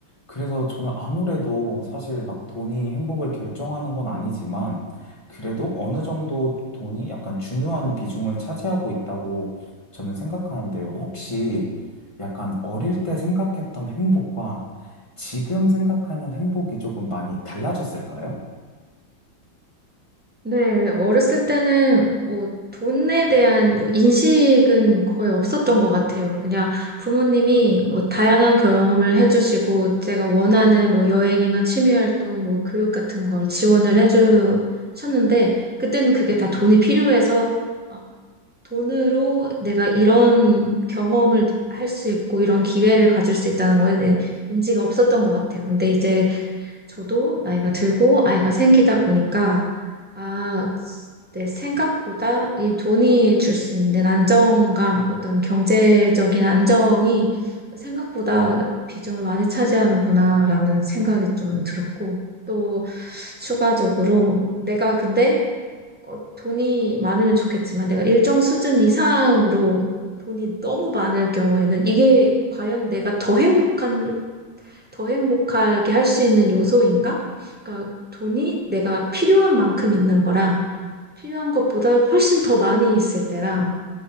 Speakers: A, on the left; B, in the centre.
A: 그래서 저는 아무래도 사실 막 돈이 행복을 결정하는 건 아니지만, 그래도 어느 정도 돈이 약간 중요한 비중을 차지하고 있다고 저는 생각하는데요. 혹시 약간 어릴 때 생각했던 행복과 지금 생각하는 행복이 조금 많이 달라졌을까요?
B: 네, 어렸을 때는 뭐 돈에 대한 뭐 인식은 거의 없었던 것 같아요. 그냥 부모님이 뭐 다양한 경험을 해주시고 제가 원하는 뭐 여행이나 취미 활동, 뭐 교육 같은 걸 지원을 해주셨는데 그때는 그게 다 돈이 필요해서 어, 돈으로 내가 이런 경험을 할 수 있고 이런 기회를 가질 수 있다는 거에 대한 인지가 없었던 것 같아요. 근데 이제 저도 나이가 들고 아이가 생기다 보니까, 아, 내 생각보다 이 돈이 줄 수 있는 안정감, 어떤 경제적인 안정이 생각보다 비중을 많이 차지하는구나라는 생각이 좀 들었고, 또 추가적으로 내가 근데 어, 돈이 많으면 좋겠지만 내가 일정 수준 이상으로 돈이 너무 많을 경우에는 이게 과연 내가 더 행복한 더 행복하게 할 수 있는 요소인가? 그러니까 돈이 내가 필요한 만큼 있는 거랑 필요한 것보다 훨씬 더 많이 있을 때랑